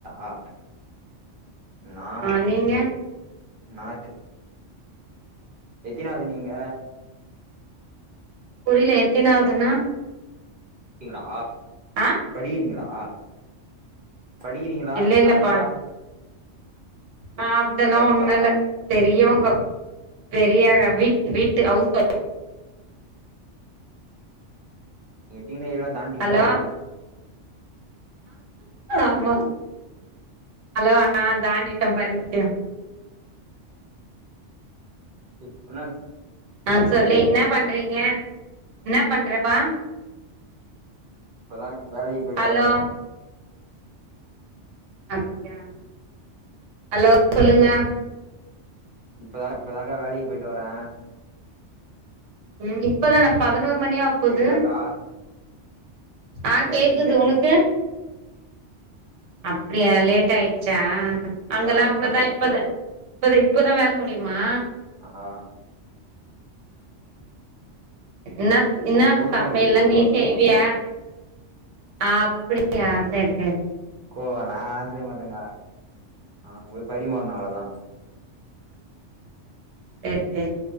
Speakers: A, on the right; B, on the right.
A: ஆ நா
B: ஆ நீங்க
A: நா எத்தினாவது நீங்க
B: புரியல எத்தினாவதுன்னா
A: ங்களா
B: ஆ
A: படிக்கிறீங்களா படிக்கிறீங்களா
B: இல்ல இல்லப்பா
A: காலேஜ்ஜா
B: ஆ அதெல்லா
A: ஒர்க்கா
B: ஒண்ணு இல்ல பெரியவங்க பெரிய வீட் வீட்டு வுஸ்
A: நீங்க டீன் ஏஜ்லா தான்டீங்களா
B: ஹலோ ஆமா ஹலோ ஆ தாண்டிட்டோ <unintelligible>
A: <unintelligible>
B: ஆ சொல்லு
A: தூ
B: இன்ன பண்றீங்க இன்னா பண்றப்பா
A: இப்போதா வேலைக்கி போயிட்டு
B: ஹலோ
A: வரே
B: அப்டியா ஹலோ சொல்லுங்க
A: இப்பதா இப்பதாங்கா வேலைக்கி போயிட்டு வரே
B: ம் இப்பதானா பதினோரு மணியா போது
A: கேக்குதாக்கா
B: ஆ
A: கேட்ரிங்
B: கேக்குது
A: கேட்ரிங்
B: உனக்கு அப்படியா லேட் ஆயிடுச்சா
A: இதுக்கா
B: அங்கெல்லா அவ்வளவுதா இப்பத இப்பதா இப்பதா வேல முடியுமா
A: ஆ
B: இன்னா
A: அது
B: இன்னா
A: பொ பொண்ணு
B: சமையல்லா
A: மாப்பிள்ளைக்கு போட்டு
B: நீ
A: வர சொல்லுவாங்கோ
B: செய்வியா அப்படியா சேரி சேரி
A: கோ நா ஆன செய்ய மாட்டேங்கா அங்க போய் பரிமாறணு அவ்வளோதா
B: எ எ